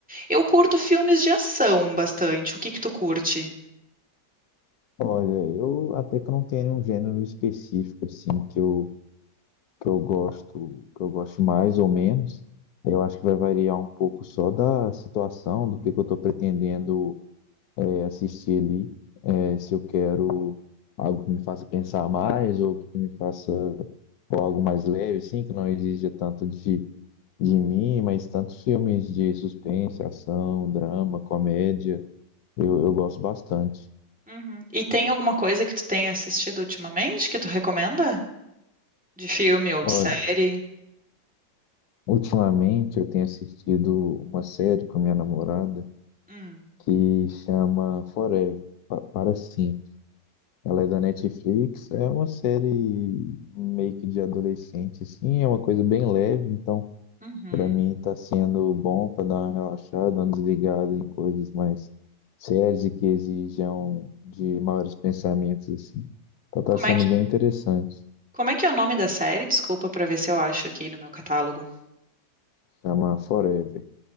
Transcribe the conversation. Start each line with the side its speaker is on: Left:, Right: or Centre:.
Centre: Eu curto filmes de ação bastante. O que que tu curte?
Left: Olha, eu até que não tenho um gênero específico assim que eu, que eu gosto, que eu gosto mais ou menos. Eu acho que vai variar um pouco só da situação, do que, que eu estou pretendendo é, assistir ali. é, se eu quero algo que me faça pensar mais ou que me faça ou algo mais leve, assim, que não exija tanto de, de mim, mas tantos filmes de suspense, ação, drama, comédia, eu, eu gosto bastante.
Centre: Uhum. E tem alguma coisa que tu tenha assistido ultimamente que tu recomenda? De filme ou
Left: Olha,
Centre: de série?
Left: ultimamente eu tenho assistido uma série com a minha namorada
Centre: Hum.
Left: que chama Forever, pa- para sempre. Ela é da Netflix, é uma série meio que de adolescente, assim, é uma coisa bem leve, então
Centre: Uhum.
Left: Para mim está sendo bom para dar uma relaxada, uma desligada em coisas mais sérias e que exijam de maiores pensamentos assim. Então está
Centre: Como
Left: sendo
Centre: é que
Left: bem interessante.
Centre: Como é que é o nome da série? Desculpa pra ver se eu acho aqui no meu catálogo.
Left: Chamar Forever.